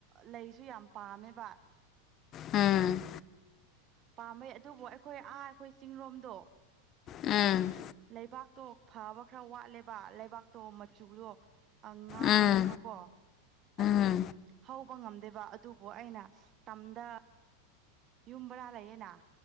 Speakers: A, on the right; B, on the left.
A: ꯂꯩꯁꯨ ꯌꯥꯝ ꯄꯥꯝꯃꯦꯕ
B: ꯎꯝ
A: ꯄꯥꯝꯕꯩ ꯑꯗꯨꯕꯨ ꯑꯩꯈꯣꯏ ꯑꯥ ꯑꯩꯈꯣꯏ ꯆꯤꯡꯔꯣꯝꯗꯣ
B: ꯑꯝ
A: ꯂꯩꯕꯥꯛꯇꯣ ꯐꯕ ꯈꯔ ꯋꯥꯠꯂꯦꯕ ꯂꯩꯕꯥꯛ ꯇꯣ ꯃꯆꯨꯗꯣ ꯉꯥꯡꯉꯦꯕꯀꯣ
B: ꯎꯝ
A: ꯑꯗꯨꯒꯤ
B: ꯎꯝ
A: ꯍꯧꯕ ꯉꯝꯗꯦꯕ ꯑꯗꯨꯕꯨ ꯑꯩꯅ ꯇꯝꯗ ꯌꯨꯝꯕꯔꯥ ꯂꯩꯌꯦꯅ